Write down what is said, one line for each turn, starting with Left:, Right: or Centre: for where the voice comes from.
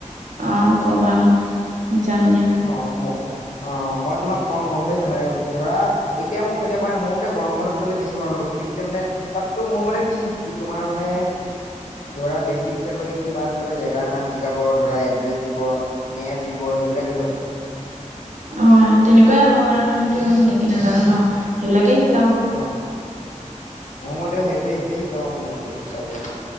Right: অ', ক'বা মোক। মই যাম দিয়া
Left: অ 'অ', ম অ', মই তোমাক কম গম পাইছো মানে ধৰা, এতিয়া মোক এতিয়া কোৱা নাই মোৰ মতে গৰমত বন্ধত গ'লে বেছি ভাল হ'ব কিউকি তেতিয়া মানে তাত তটো মোৰ মতে কি তোমাৰ মানে ধৰা বেচিকছ চাগৈ কিবা চাগৈ জেগাৰ নাম শিকাব ধৰা এড্ৰেছ দিব। মেপ দিব সেইবিলাক
Right: অ', তেনেকুৱাই হ'ব কাৰণ আমিতো ইমান ভ কে নাজানো ন সেইবিলাকেই শিক
Left: অ', মোৰ মতেও সেইটোৱে সেইটোৱে শিকাব মোৰ মতে চাগৈ।